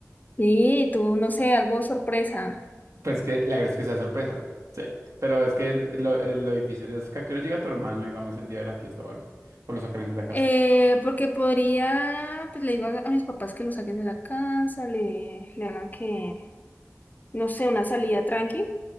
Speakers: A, on the left; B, on the right.
A: sí tú, no sé, algo sorpresa.
B: Pues que le agradezco que sea sorpresa. Sí. Pero es que es- lo, eh, lo difícil es que a qué hora llega tu hermano, digamos, el día de la fiesta o algo. O lo sacarán de la casa.
A: Eh, porque podría, pues le digo a, a mis papás que lo saquen de la casa, le, le hagan que, no sé, una salida tranqui,